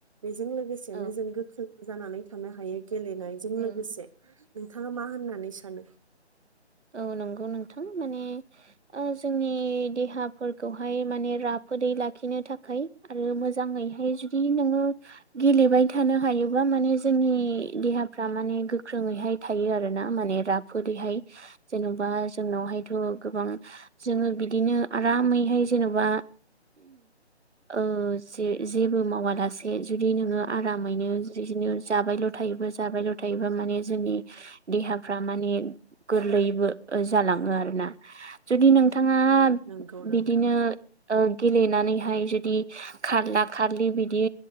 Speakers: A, on the right; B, on the right.
A: बेजों लोगोसेनो
B: औ
A: जों गोख्रों जानानै थानो हायो गेलेनायजों
B: उम
A: लोगोसे नोंथाङा मा होननानै सानो?
B: औ नंगौ नोंथां माने जोंनि देहाफोर खौहाय माने राफोदै लाखिनो थाखाय आरो मोजाङैहाय जुदि नोङो गे गेलेबाय थानो हायोबा माने जोंनि देहाफ्रा माने गोख्रोङैहाय थायो आरोना माने राफोदैहाय जेन'बा जोंनावहायथ' गोबां जोङो बिदिनो आरामैहाय जेनेबा ओ जे जेबो मावा लासे जुदि नोङो आरामैनो बिदिनो जाबायल' थायोब जाबायल' थायोबा माने जोंनि देहाफ्रा माने गोरलैयैबो जालाङो आरोना जुदि नों थाङा
A: नंगौ नोंथां
B: बिदिनो ओ गेलेनानैहाय जुदि खारला खारलि बिदि